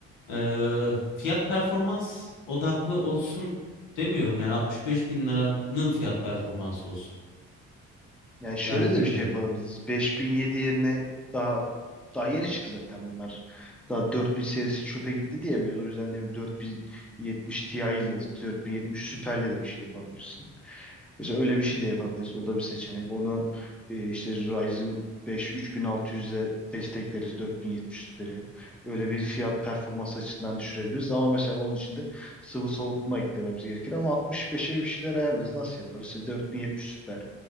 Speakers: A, on the left; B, in the centre.
A: E, fiyat performans odaklı olsun demiyorum. Yani 65 bin liranın fiyat performansı olsun.
B: Yani şöyle
A: Yani
B: de
A: bilmiyorum.
B: bir şey yapabiliriz. 5007 yerine daha daha yeni çıktı zaten bunlar. Daha 4000 serisi çöpe gitti diyemeyiz. O yüzden de bir 4070 Ti ile 4070 Super'le de bir şey yapabiliriz. Mesela öyle bir şey de yapabiliriz. O da bir seçenek. Onu e, işte Ryzen 5 3600'le destekleriz 4070 Super'i. Öyle bir fiyat performans açısından düşürebiliriz. Ama mesela onun için de sıvı soğutma eklememiz gerekir. Ama 65'e bir şeyler ayarlarız. Nasıl yaparız? İşte 4070 Super,